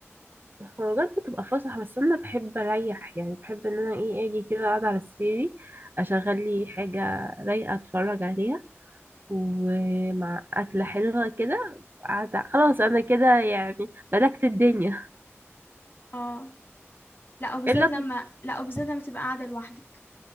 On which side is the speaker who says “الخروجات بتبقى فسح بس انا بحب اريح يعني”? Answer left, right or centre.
Right